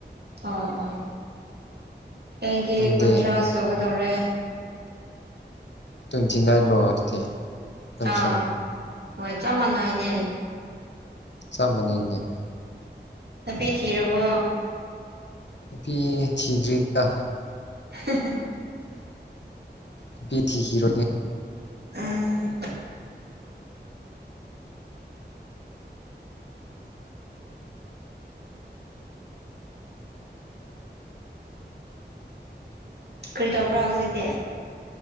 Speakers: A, on the right; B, on the left.
A: ꯑꯥ ꯑꯥ ꯑꯩꯗꯤ
B: ꯅꯪꯗꯤ
A: ꯀꯨꯟꯊ꯭ꯔꯥ ꯁꯨꯒꯗꯧꯔꯦ
B: ꯇ꯭ꯋꯦꯟꯇꯤ ꯅꯥꯏꯟ ꯂꯣ ꯑꯗꯨꯗꯤ ꯅꯪꯁꯨ
A: ꯑꯥ ꯍꯣꯏ ꯆꯞ ꯃꯥꯟꯅꯩꯅꯦ
B: ꯆꯞ ꯃꯥꯟꯅꯩꯅꯦ
A: ꯇꯄꯦ ꯊꯤꯔꯕꯣ
B: ꯅꯨꯄꯤ ꯊꯤꯗ꯭ꯔꯤꯗ
A: <unintelligible>
B: ꯅꯨꯄꯤ ꯊꯤꯒꯤꯔꯣꯏꯒ‌ꯦ
A: ꯎꯝ ꯀꯔꯤ ꯇꯧꯕ꯭ꯔꯥ ꯍꯧꯖꯤꯛꯗꯤ